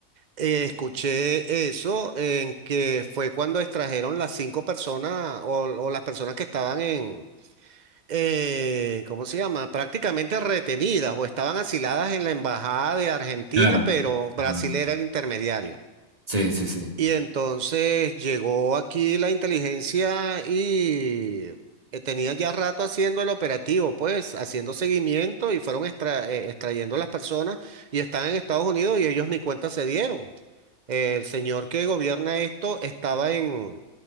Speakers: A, on the right; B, on the right.
A: eh, escuché eso, en que fue cuando extrajeron las cinco personas o, o las personas que estaban en, eh, ¿cómo se llama? Prácticamente retenidas o estaban asiladas en la embajada de Argentina,
B: claro.
A: pero Brasil
B: Ajá.
A: era el intermediario.
B: Sí, sí, sí.
A: Y entonces llegó aquí la inteligencia y eh, tenía ya rato haciendo el operativo, pues haciendo seguimiento y fueron extra- eh, extrayendo las personas y están en Estados Unidos y ellos ni cuenta se dieron. El señor que gobierna esto estaba en,